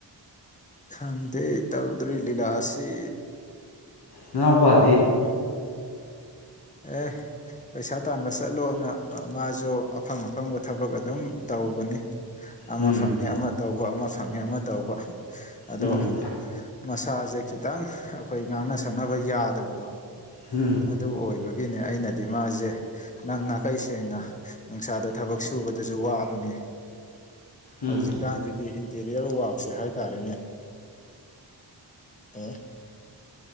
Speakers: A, on the left; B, on the left.
A: ꯈꯪꯗꯦ ꯇꯧꯗ꯭ꯔꯤ ꯂꯤꯂꯥꯁꯤ
B: ꯅꯅꯥꯎꯎꯄꯥ
A: ꯎꯝ ꯑꯦ ꯄꯩꯁꯥ ꯇꯥꯟꯕ ꯆꯠꯂꯣꯅ ꯃꯥꯁꯨ ꯑꯐꯪ ꯑꯐꯪꯕ ꯊꯕꯛ ꯑꯗꯨꯝ ꯇꯧꯕꯅꯤ ꯑꯃ
B: ꯎꯝ
A: ꯐꯪꯉꯦ ꯑꯃ ꯇꯧꯕ ꯑꯃ ꯐꯪꯉꯦ ꯑꯃ ꯇꯧꯕ ꯑꯗꯣ
B: ꯎꯝ
A: ꯃꯁꯥꯁꯦ ꯈꯤꯇꯪ ꯑꯩꯈꯣꯏ ꯉꯥꯡꯅ ꯁꯛꯅꯕ ꯌꯥꯗꯕꯗꯣ
B: ꯎꯝ
A: ꯑꯗꯨ ꯑꯣꯏꯕꯒꯤꯅꯦ ꯑꯩꯅꯗꯤ ꯃꯥꯁꯦ ꯅꯪ ꯅꯥꯀꯩ ꯁꯦꯡꯅ ꯅꯨꯡꯁꯥꯗ ꯊꯕꯛ ꯁꯨꯕꯗꯨꯁꯨ ꯋꯥꯕꯅꯤ
B: ꯎꯝ
A: ꯍꯧꯖꯤꯛꯀꯥꯟꯁꯤꯗꯤ ꯏꯟꯇꯤꯔꯤꯌꯔ ꯋꯥꯔꯛꯁꯦ ꯍꯥꯏꯇꯥꯔꯦꯅꯦ ꯍ